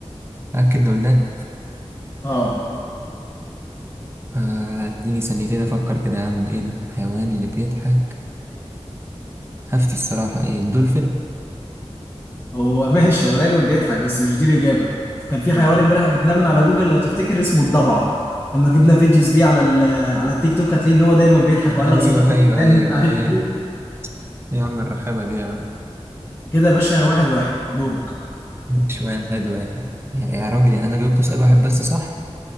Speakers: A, on the right; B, on the left.
A: أكد إن قلناه
B: اه
A: آه، اديني ثانيتين افكر كده يا عم ايه ده الحيوان اللي بيضحك هفتي الصراحة ايه الدولفين
B: هو ماشي هو دايما بيضحك بس مش دي الإجابة كان في حيوان
A: آه،
B: امبارح جبناه من على جوجل لو تفتكر اسمه الضبعة لما جبنا فيديوز ليه على ال على التيك توك هتلاقي ان هو دايما بيضحك وقال
A: ايوه
B: لك صديقي
A: ايوه
B: الانسان
A: ايوه
B: مش عارف
A: ايوه
B: ايه
A: يا عم الرخامة دي يا عم
B: كده يا باشا واحد واحد دورك
A: شوية واحد واحد يا يا راجل يعني انا جاوبت سؤال واحد بس صح